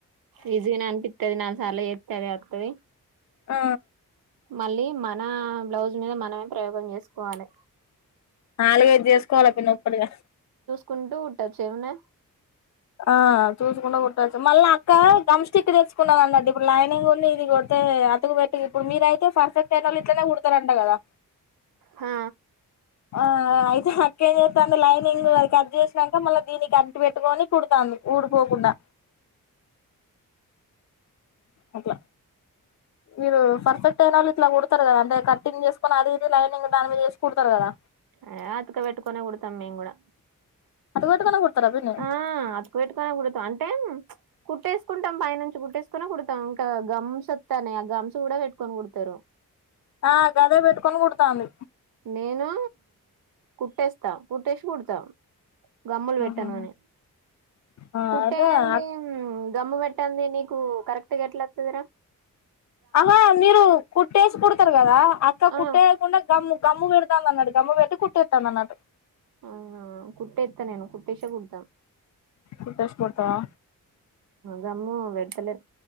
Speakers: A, on the right (about 70°); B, on the left (about 50°).
A: ఈజీనే అనిపిత్తది నాలుగు సార్లు గదే అత్తది
B: ఆ
A: మళ్ళీ మనా బ్లౌజ్ మీద మనమే ప్రయోగం చేసుకోవాలి
B: నాలుగైదు చేసుకోవాలి ఒప్పనొప్పటిగా
A: కుంటూ కుట్టొచ్చు ఎమునై
B: ఆ చూసుకుంట కుట్టొచ్చు మళ్ళ అక్క గమ్ స్టిక్ తెచ్చుకున్నాందండి ఇప్పుడు లైనింగ్ ను ఇది కుడితే అతుకు పెట్టి ఇప్పుడు మీరైయతే ఫర్ ఫెక్ట్ అయినోళ్ళు ఇట్లనే కుడతరు అంట కదా
A: హా
B: ఆ అయితే అక్క ఏం చేస్తాంది లైనింగ్ అది కట్ చేసినంక మళ్ళ దీన్నికంటి పెట్టుకోని కుడుతాంది ఊడికోకుండా అట్ల, మీరు పర్ఫెక్ట్ అయినోళ్ళు ఇట్ల కుడతరు కదా అంటే కట్టింగ్ చేస్కొని అది ఇది లైనింగ్ దాని మీద ఏసి కుడతరు కదా
A: అ అత్కపెట్టుకొనే కుడుతం మేం గూడ
B: అటు పెట్టుకొని కుడతారా పిన్ని
A: ఆ అతుకు పెట్టుకొని కుడత అంటే, ప్చ్ కుట్టేసుకుంటాం పైనుంచి కుట్టేసుకొని కుడతాం గా గంసోత్తన్నైఆ గమ్స్ కూడ పెట్కొని కుడుతరు
B: ఆ గదే పెట్టుకొని కుడతాంది
A: నేను కుట్టేస్తా <unintelligible> గమ్ములు పెట్టను
B: ఆహా
A: గాని
B: ఆ
A: కుట్టేయంది
B: అదే
A: గమ్ము పె కుట్టంది నీకు కరెక్ట్గా ఎట్లత్తదిరా
B: అహా, మీరు కుట్టేసి కుడతరు కదా, అక్క
A: ఆ
B: కుట్టేయకుండా గమ్ము గమ్ము పెడతాంది అన్నడు గమ్ము పెట్టి కుట్టేత్తాంది అన్నట్టు
A: అవునా కుట్టేత్త నేను కుట్టేసే కుడుత
B: కుట్టేసి కుడతావా
A: గమ్ము బెడుతలేన్